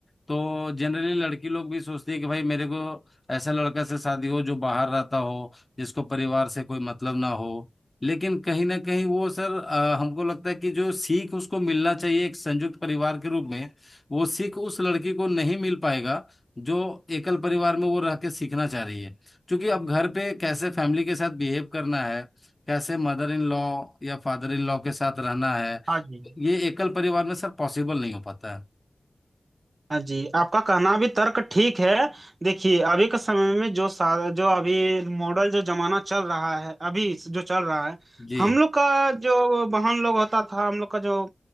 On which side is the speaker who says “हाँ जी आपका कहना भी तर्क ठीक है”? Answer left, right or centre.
Right